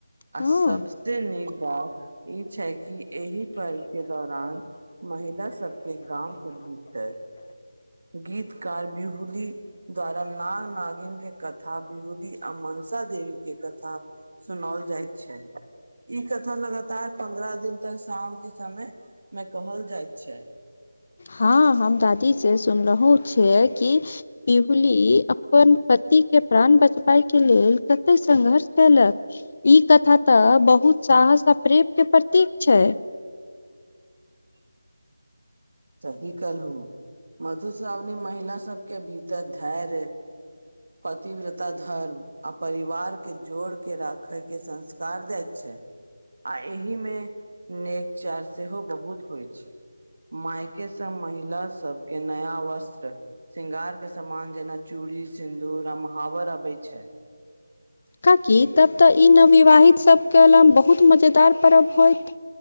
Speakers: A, on the right; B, on the left.
A: आ
B: जे
A: सबस्ते नीक बात ई छै कि एहि पर्व के दौरान महिला सबके गाँंव के भीत हँ गीतकार बिहुली द्वारा नाग नागिन के कथा विभूदी आ मनसा देवी के कथा सुनौल जाइत छै। ई कथा लगातार पन्द्रह दिन तक शाम के समय में कहल जायत छै।
B: हँ हम दादी से सुनलहुँ छियै कि बिहुली अपन पति के प्राण बचबाय के लेल कते संघर्ष केलक। ई कथा तऽ बहुत साहस आ प्रेम के प्रतीक छै।
A: सही कहलहु मधुश्रावणी महिला सबके भीतर धैर्य पतिव्रता धर्म आ परिवार के जोड़ के राखे के संस्कार दैत छै। आ एहि मे नेक चार सेहो बहुत होइ छै। मायके सँ महिला सबके नया वस्त्र शृंगार के सामान जेना चूड़ी सिन्दूर आ महावर अबै छै।
B: काकि तब तऽ ई नवविवाहित सबके ल बहुत मजेदार पर्व होइत।